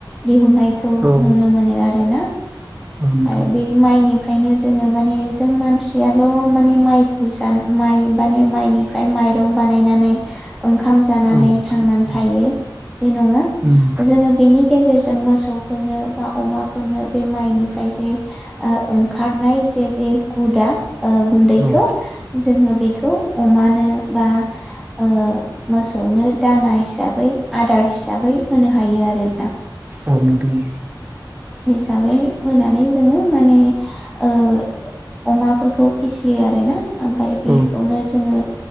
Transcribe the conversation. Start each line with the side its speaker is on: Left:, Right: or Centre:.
Centre: दिहुननायखौ
Right: औ
Centre: नुनो मोनो आर ना
Right: औ नोंथां
Centre: आरो बे माइनि। ओमफ्रायनो जोङो माने जों मानसियाल' माने माइखौ ज माइ माने माइनिफ्राय मा। माइरं बानायनानै। ओंखाम जानानै
Right: औ नोंथां औ
Centre: थांनानै थायो बे नङा
Right: उम
Centre: जोङो बेनि गेजेरजों। जों मोसौफोरनो बा अमाफोरनो। बे माइनिफ्राय जे ओ ओंखारनाय जे बे गुदा। ओ गुन्दैखौ
Right: औ
Centre: जोङो बेखौ अमानो बा। ओ मोसौनो दाना हिसाबै आदार हिसाबै होनो हायो आरो।
Right: आ नुदों।
Centre: जामाय होनानै जोङो माने। ओ अमाफोरखौ फिसियो आरो ना। ओमफाय बेखौनो
Right: औ
Centre: जोङो।